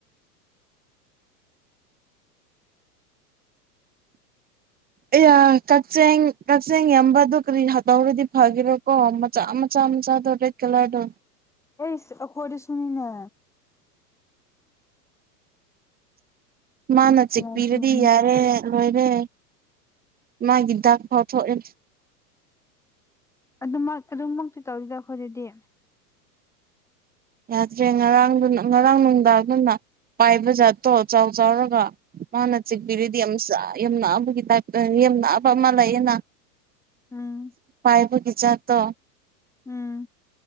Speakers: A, on the right; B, in the centre.
A: ꯑꯌꯥ ꯀꯛꯆꯦꯡ ꯀꯛꯆꯦꯡ ꯌꯝꯕꯗꯨ ꯀꯔꯤ ꯇꯧꯔꯗꯤ ꯐꯒꯦꯔꯥꯀꯣ ꯃꯆꯥ ꯃꯆꯥ ꯃꯆꯥꯗꯨ ꯔꯦꯠ ꯀꯂꯔꯗꯣ
B: ꯑꯩꯁ ꯑꯩꯈꯣꯏꯗꯁꯨꯅꯤꯅ
A: ꯃꯥꯅ ꯆꯤꯛꯄꯤꯔꯗꯤ
B: ꯌꯥꯗꯕꯅꯦ
A: ꯌꯥꯔꯦ ꯂꯣꯏꯔꯦ ꯃꯥꯒꯤ ꯗꯥꯛ ꯐꯥꯎ ꯊꯣꯛꯑꯦ
B: ꯑꯗꯨꯃꯛ ꯑꯗꯨꯃꯛꯇꯤ ꯇꯧꯗꯦꯗ ꯑꯩꯈꯣꯏꯗꯗꯤ
A: ꯌꯥꯗ꯭ꯔꯦ ꯉꯔꯥꯡꯗꯨꯅ ꯉꯔꯥꯡ ꯅꯨꯡꯗꯥꯡꯗꯨꯅ ꯄꯥꯏꯕ ꯖꯥꯠꯇꯣ ꯆꯥꯎ ꯆꯥꯎꯔꯒ ꯃꯥꯅ ꯆꯤꯛꯕꯤꯔꯤꯗꯤ ꯌꯥꯝ ꯌꯅꯛꯑꯕꯒꯤ ꯇꯥꯏꯞꯇ ꯌ ꯅꯛꯑꯕ ꯑꯃ ꯂꯩꯌꯦꯅ
B: ꯎꯝ
A: ꯄꯥꯏꯕꯒꯆ ꯇ
B: ꯎꯝ